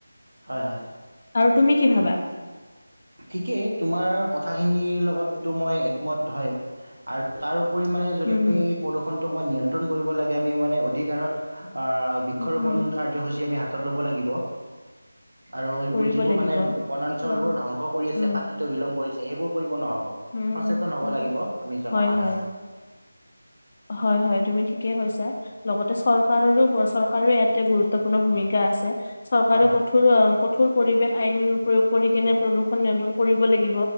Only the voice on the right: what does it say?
হয় হয়
ঠিকেই তোমাৰ কথাখিনিৰ লগতো মই একমত হয় আৰু তাৰ পৰিমাণে যদি
আমি
প্ৰদূষণটো মন্যন <unintelligible> নিয়নতন কৰিব লাগে আমি মানে অধিকাৰত <unintelligible> হয় বৃক্ষৰোপণ
কাৰ্যসূচী আমি হাত <unintelligible> হাতত ল'ব লাগিব আৰু এইবোৰ
যিবোৰ
মানে বনাঞ্চলবোৰ
ধ্বংস কৰি আছে
কাটতিটো শিলং কৰিছে সেইবোৰ কৰিব নহ'ব
সচেতন হব
লাগিব আমি জনসাধাৰণ
হয় হয়